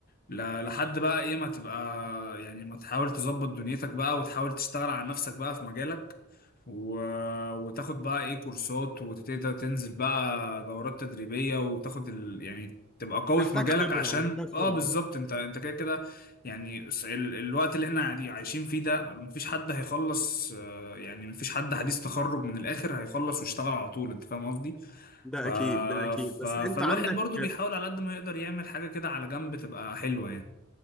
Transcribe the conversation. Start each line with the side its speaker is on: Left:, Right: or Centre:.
Left: ل- لحد بقى ايه ما تبقى يعني ما تحاول تظبط دنيتك بقى وتحاول تشتغل على نفسك بقى في مجالك و... وتاخد بقى ايه كورسات وتبتدي تنزل بقى دورات تدريبية وتاخد ال... يعني تبقى قوي
Centre: محتاج
Left: في مجالك
Centre: خبرة
Left: عشان
Centre: محتاج
Left: اه
Centre: خبرة
Left: بالظبط انت انت كده كده يعني الس- ال... الوقت اللي احنا قاعدين عايشين فيه ده مفيش حد هيخلص آه، يعني مفيش حد حديث تخرج من الاخر هيخلص ويشتغل على طول انت فاهم قصدي؟
Centre: ده
Left: ف...
Centre: أكيد ده أكيد
Left: ف...
Centre: بس
Left: فالواحد
Centre: أنت عندك
Left: برضو بيحاول على قد ما يقدر يعمل حاجة كده على جنب تبقى حلوة يعني